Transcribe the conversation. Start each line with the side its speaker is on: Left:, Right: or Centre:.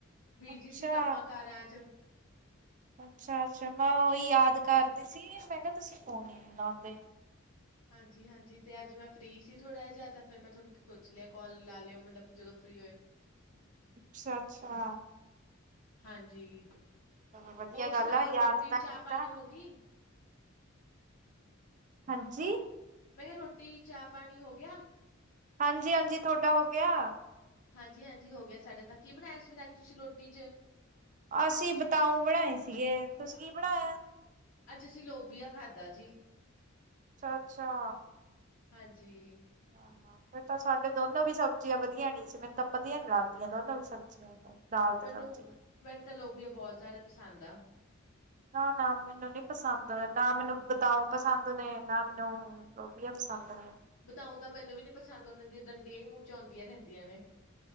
Left: ਬਿਜੀ
Right: ਅਛਾ
Left: ਸੀ ਕੰਮਾਂ ਕਾਰਾਂ ਚ
Right: ਅੱਛਾ ਅੱਛਾ ਮੈਂ ਉਹੀ ਯਾਦ ਕਰਦੇ ਸੀ ਮੈਂ ਕਿਹਾ ਤੁਸੀਂ ਫਨ ਲਾਉਂਦੇ
Left: ਹਾਂਜੀ-ਹਾਂਜੀ ਤੇ ਅੱਜ ਮੈਂ ਫ੍ਰਰੀ ਸੀ ਥੋੜ੍ਹਾ ਜਿਹਾ ਤਾ ਫਿਰ ਮੈਂ ਤੁਹਾਨੂੰ ਪੁੱਛ ਲਿਆ ਕਾਲ ਲਾ ਲਿਓ ਮਤਲਬ ਜਦੋਂ ਫ੍ਰਰੀ ਹੋਏ,
Right: ਅੱਛਾ-ਅੱਛਾ,
Left: ਹਾਂਜੀ
Right: ਵਧੀਆ
Left: ਹੋਰ ਸੁਣਾਓ
Right: ਗੱਲ ਆ ਯਾਦ
Left: ਰੋਟੀ
Right: ਤਾਂ
Left: ਚਾਹ
Right: ਕੀਤਾ
Left: ਪਾਣੀ ਹੋ ਗਈ?
Right: ਹਾਂਜੀ,
Left: ਮੈਂ ਰੋਟੀ ਚਾਹ ਪਾਣੀ ਹੋ ਗਿਆ।
Right: ਹਾਂਜੀ-ਹਾਂਜੀ ਥੋਡਾ ਹੋ ਗਿਆ।
Left: ਹਾਂਜੀ-ਹਾਂਜੀ ਹੋ ਗਿਆ ਸਾਡੇ ਤਾਂ ਕੀ ਬਣਾਇਆ ਸੀ ਅਜ ਤੁਸੀਂ ਰੋਟੀ ਚ?
Right: ਅਸੀਂ ਬਤਾਉ ਬਣਾਏ ਸੀਗੇ ਤੁਸੀਂ ਕੀ ਬਣਾਇਆ।
Left: ਅੱਜ ਅਸੀਂ ਲੋਬੀਆ ਖਾਧਾ ਜੀ,
Right: ਅੱਛਾ-ਅੱਛਾ,
Left: ਹਾਂਜੀ,
Right: ਹਾਂ ਫੇਰ ਤਾਂ ਸਾਡੇ ਦੋਨੋਂ ਵੀ ਸਬਜ਼ੀਆਂ ਵਧੀਆ ਨੀ ਸੀ ਮੈਨੂੰ ਤਾਂ ਵਧੀਆ ਨੀ ਲੱਗਦੀਆਂ ਦੋਨੋ ਵੀ ਸਬਜ਼ੀਆਂ, ਦਾਲ ਤੇ
Left: ਮੈਨੂੰ
Right: ਸਬਜ਼ੀ
Left: ਮੈਨ ਤਾਂਲ ਲੋਬੀਆ ਬਹੁਤ ਜ਼ਿਆਦਾ ਪਸੰਦ ਆ,
Right: ਨਾ-ਨਾ ਮੈਨੂੰ ਨੀ ਪਸੰਦ ਨਾ ਮੈਨੂੰ ਬਤਾਊ ਪਸੰਦ ਨੇ ਨਾ ਮੈਨੂੰ ਲੋਬੀਆਂ ਪਸੰਦ ਪਸੰਦ ਨੇ
Left: ਬਤਾਉ ਤਾਂ ਮੈਨੂੰ ਵੀ ਨੀ ਪਸੰਦ ਉਹਨਾਂ ਦੀਆਂ ਡੰਡੀਆਂ ਹੀ ਮੂੰਹ ਚ ਆਉਂਦੀਆਂ ਰਹਿੰਦੀਆਂ ਨੇ,